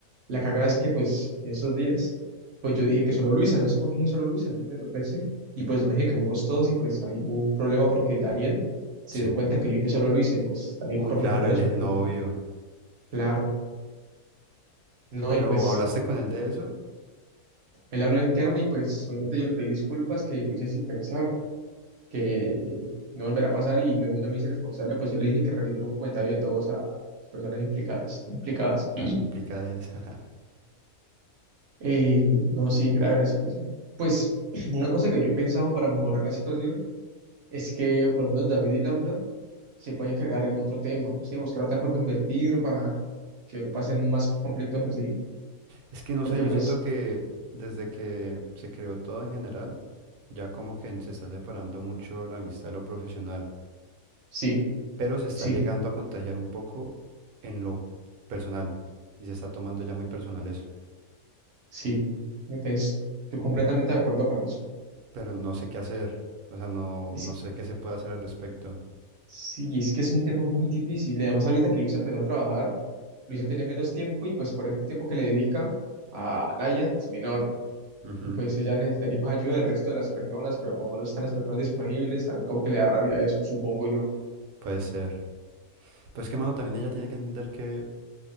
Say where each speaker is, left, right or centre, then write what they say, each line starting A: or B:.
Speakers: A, on the right; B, on the right.
A: La cagada es que, pues, esos días, pues yo dije que solo Luisa, no sé por qué dije solo Luisa, no sé, lo pensé. Y pues no dije que fuimos todos y pues ahí hubo un problema porque Daniel se
B: Sí.
A: dio cuenta que yo dije solo Luisa y pues Daniel
B: Uy,
A: por
B: claro,
A: defender
B: él
A: a su
B: es el
A: novia.
B: novio.
A: Claro, no,
B: Pero,
A: y pues
B: ¿hablaste con él de eso?
A: él habló al interno y pues obviamente yo le pedí disculpas que lo hice sin pensar que no volverá a pasar y luego ya me hice responsable, pues yo le dije que realizara un comentario de todos a las personas implicadas, implicadas.
B: Implicada esa. <laughs>
A: Eh, no, sí, grave la situación. Pues <clears throat> una cosa que yo he pensado para mejorar la situación es que por lo menos David y Laura se pueden encargar en otro tema, no sé, buscar otra forma de invertir para que no pasen más conflictos así,
B: Es que no
A: porque
B: sé, yo
A: pues
B: siento que desde que se creó todo en general, ya como que se está separando mucho la amistad de lo profesional.
A: sí,
B: pero se está
A: sí,
B: llegando a contagiar un poco en lo personal y se está tomando ya muy personal eso,
A: sí. Entonces, estoy completamente de acuerdo con eso.
B: pero no sé qué hacer, o sea, no,
A: Es
B: no sé qué se puede hacer al respecto.
A: Sí, es que es un tema muy difícil. y Además, ahorita que Luisa empezó a trabajar, Luisa tiene menos tiempo y pues por ende el tiempo que le dedica a Naya es menor.
B: Ujú,
A: Y pues ella necesitaría más ayuda del resto de las personas, pero como no están las personas disponibles, también como que le da rabia eso, supongo yo.
B: Puede ser. Pues que, mano, también ella tiene que entender que eh,